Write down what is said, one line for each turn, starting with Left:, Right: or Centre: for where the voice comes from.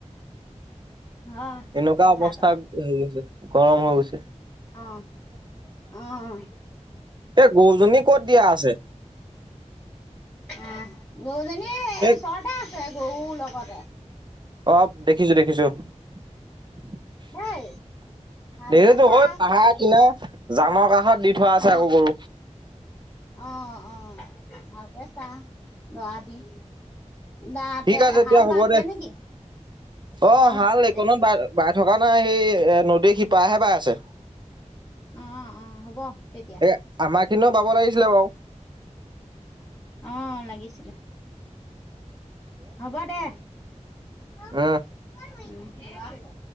Left: হয়
Right: এনেকুৱা
Left: কথাটো
Right: অৱস্থাত হৈ গৈছে। গৰম হৈ গৈছ
Left: অ'। অহ।
Right: এই, গৰুজনী ক'ত দিয়া আছে?
Left: আ, গৰুজনী এ,
Right: এই
Left: ওচৰতে আছে গৰুৰ লগত <unintelligible>
Right: অ', দেখিছোঁ, দেখিছোঁ। <unintelligible>
Left: দেই ভালকে
Right: সৈ
Left: চা
Right: পাহাৰ কিনা জানৰ কাষত দি থোৱা আছে
Left: অ
Right: আকৌ গৰু।
Left: অ', অ', ভালকে চা, লৰাবি দাতে
Right: ঠিক আছে এতিয়া
Left: হাল
Right: হ'ব
Left: বাইছে
Right: দে,
Left: নেকি
Right: অ', হাল
Left: হ'ব
Right: এইকণত
Left: দে
Right: বাই, বাই থকা নাই এই নদীৰ শিপাৰেহে বাই আছে
Left: অ অ হ'ব তেতিয়া
Right: এই আমাক খিন বাব লাগিছিলে বাৰু
Left: অ', লাগিছিলে। হ'ব দে <unintelligible>
Right: উম।